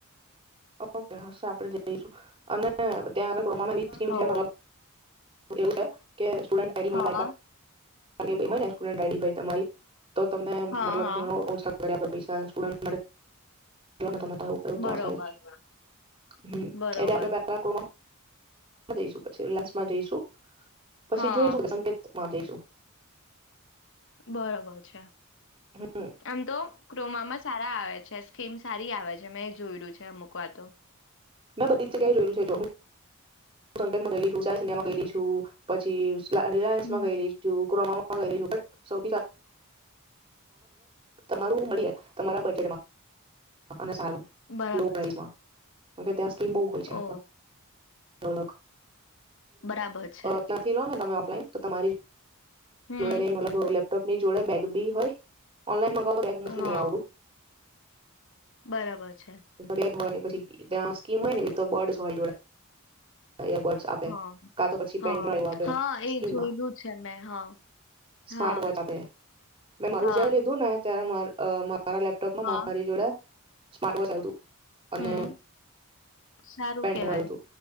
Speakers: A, on the right; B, on the left.
A: ઓકે, હશે આપણે જઈશું અને ત્યાં આગળ ક્રોમામાં બી સ્કીમ
B: હો
A: છે, મતલબ એવુ સ કે સુુડન પેરી
B: હા
A: હોય વાયકા <unintelligible> હોય ને સ્ટુડન્ટ આઇડી હોય તમારી તો તમને
B: હા
A: મતલબ
B: હા
A: ઘણો ઓછા પડે આપે પૈસા સ્ટુડન્ટ માટે લોન <unintelligible> ત્યાં આવું થયું
B: બરોબર
A: ક્યાં થયું. હ,
B: બરોબર
A: એટલે આપડે પેલા કોમા જઈશું પછી રીલાયન્સ માં જઈશું. પછી
B: હા
A: જોઈશું <unintelligible> સંકે માં જઈશું.
B: બરોબર છે.
A: હમ
B: આમ તો ક્રોમામાં જ સારા આવે છે, સ્કીમ સારી આવે છે. મેં જોયલું છે અમુક વાર તો
A: મેં બધી જગ્યાએ જોયલુ છે હું હું સંકેતમાં ગેયલી છું, સા સિનેમાં ગેલી છું પછી રિલાયન્સમાં
B: હમ.
A: ગયલી છું ક્રોમામાં ગયેલી છું. બટ સૌ તમારું મળી તમારા બજેટમાં અને સારું
B: બરાબર
A: લો પ્રાઇસમાં
B: છે
A: હ કે ત્યા સ્કીમ બો હોય છે.
B: ઓ
A: તોણખ
B: બરાબર છે
A: ત્યાંથી લો ને તમે ન તો તમારી
B: હમ
A: જોડે કય <inaudible> ની જોડે બેગ બી હોય ઓનલાઇન મડ બેગ મૂકી
B: હા
A: નય આવાનું
B: બરાબર છે.
A: બેગ હોય પછી ત્યાં સ્કીમ હોય નેી તો બડસ હોય જોડે ઈયરબર્ડ આપે
B: હા
A: કા તો પછી
B: હા
A: પેનડ્રાઈવ આપે
B: હા એ
A: સ્કીમ
B: જોયલું
A: માં
B: છે મેં હા
A: સ્માર્ટ
B: હા
A: વોચ આપે મેં મારું
B: હા
A: જે લીધું ને ત્યારે માર અ માર મારા લેપટોપમાં
B: હા
A: મારી જોડે સ્માટ વોચ આયુ તું અને
B: હમ સારું
A: પેન્ડ્રાઇવ
B: કેવાય